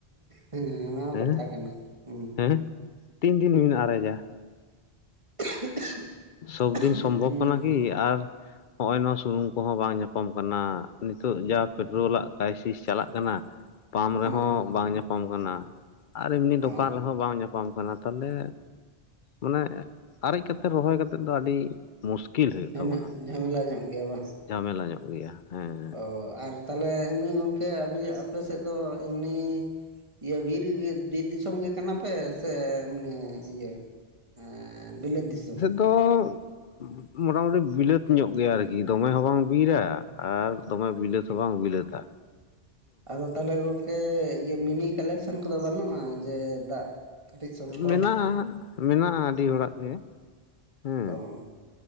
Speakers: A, on the right; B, on the left.
A: ᱦᱮᱸ, ᱚᱱᱟ ᱦᱚᱸ,
B: ᱦᱮᱸ
A: ᱠᱟᱛᱷᱟ ᱠᱟᱱᱟ ᱦᱮᱸ,
B: ᱦᱮᱸ᱾ ᱛᱤᱱ ᱫᱤᱱ ᱵᱤᱱ ᱟᱨᱮᱡᱟ?
A: <inaudible>
B: ᱥᱚᱵ ᱫᱤᱱ ᱥᱚᱢᱵᱷᱚᱵ
A: ᱦᱩᱸ
B: ᱠᱟᱱᱟᱠᱤ ᱟᱨ ᱦᱚᱸᱜᱼᱚᱭ ᱱᱚᱣᱟ ᱥᱩᱱᱩᱢ ᱠᱚᱦᱚᱸ ᱵᱟᱝ ᱧᱟᱯᱟᱢ ᱠᱟᱱᱟ᱾ ᱱᱤᱛᱚᱜ ᱡᱟ ᱯᱮᱴᱨᱳᱞᱟᱜ ᱠᱨᱟᱭᱥᱤᱥ ᱪᱟᱞᱟᱜ ᱠᱟᱱᱟ᱾ ᱯᱟᱢ ᱨᱮᱦᱚᱸ
A: ᱦᱩᱸ
B: ᱵᱟᱝ ᱧᱟᱯᱟᱢ ᱠᱟᱱᱟ ᱟᱨ ᱮᱢᱱᱤ ᱫᱚᱠᱟᱱ
A: ᱚ
B: ᱨᱮᱦᱚᱸ ᱵᱟᱝ ᱧᱟᱯᱟᱢ ᱠᱟᱱᱟ᱾ ᱛᱟᱦᱚᱞᱮ ᱢᱟᱱᱮ ᱟᱨᱮᱡᱽ ᱠᱟᱛᱮ ᱨᱚᱦᱚᱭ ᱠᱟᱛᱮᱫ ᱫᱚ ᱟᱹᱰᱤ ᱢᱩᱥᱠᱤᱞ ᱦᱩᱭᱩᱜ
A: ᱡᱷᱟᱢᱮ
B: ᱛᱟᱵᱚᱱᱟ,
A: ᱡᱷᱟᱢᱮᱞᱟ ᱧᱚᱜ ᱜᱮᱭᱟ ᱵᱟᱝ
B: ᱡᱷᱟᱢᱮᱞᱟ ᱧᱚᱜ ᱜᱮᱭᱟ ᱦᱮᱸ᱾
A: ᱚ ᱟᱨ ᱛᱟᱦᱞᱮ ᱮᱢᱱᱤ ᱜᱚᱢᱠᱮ ᱟᱵᱤ ᱟᱯᱮᱭᱟ ᱥᱮᱫ ᱫᱚ ᱮᱢᱱᱤ ᱤᱭᱟᱹ ᱵᱤᱨ ᱜᱮ ᱵᱤᱨ ᱫᱤᱥᱚᱢ ᱜᱮ ᱠᱟᱱᱟ ᱯᱮ ᱥᱮ ᱮᱢᱱᱤ ᱤᱭᱟᱹ ᱮᱸ ᱵᱤᱞᱟᱹᱛ ᱫᱤᱥᱚᱢ?
B: ᱛᱚ ᱢᱚᱴᱟ ᱢᱩᱴᱤ ᱵᱤᱞᱟᱹᱛ ᱧᱚᱜ ᱜᱮᱭᱟ ᱟᱨᱠᱤ᱾ ᱫᱚᱢᱮ ᱦᱚᱸ ᱵᱟᱝ ᱵᱤᱨᱟ ᱟᱨ ᱫᱚᱢᱮ ᱵᱤᱞᱟᱹᱛ ᱦᱚᱸ ᱵᱟᱝ ᱵᱤᱞᱟᱹᱛ-ᱟ᱾ <inaudible>
A: ᱟᱫᱚ ᱛᱟᱦᱚᱞᱮ ᱜᱚᱝᱠᱮ ᱤᱭᱟᱹ ᱢᱤᱱᱤ ᱠᱟᱞᱮᱠᱥᱮᱱ ᱠᱚᱫᱚ ᱵᱟᱹᱱᱩᱜᱼᱟ ᱡᱮ ᱫᱟᱜ ᱠᱟᱹᱴᱤᱡ ᱥᱚᱝᱠᱚᱭ
B: ᱢᱮᱱᱟᱜ-ᱟ᱾ ᱢᱮᱱᱟᱜ-ᱟ ᱟᱹᱰᱤ ᱦᱚᱲᱟᱜ ᱜᱮ᱾ ᱦᱮᱸ
A: ᱚ᱾